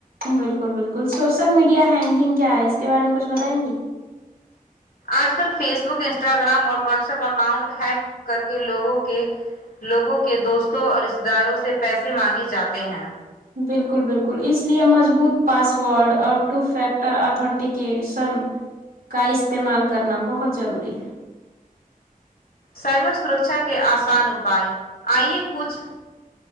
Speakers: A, on the right; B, on the left.
A: بالکل بالکل سوشل میڈیا ہینگنگ کیا ہے اس کے بارے میں کچھ بتائیں گے
B: آج کل فیس بک انسٹاگرام اور واٹس ایپ اکاؤنٹ ہیک کر کے لوگوں کے لوگوں کے دوستوں اور رشتے داروں سے پیسے مانگے جاتے ہیں
A: بالکل بالکل اس لیے مضبوط پاسورڈ اور ٹو فیکٹر اتنٹیکیشن کا استعمال کرنا بہت ضروری ہے
B: سائبر سرکشا کے آسان اپائے آئیے کچھ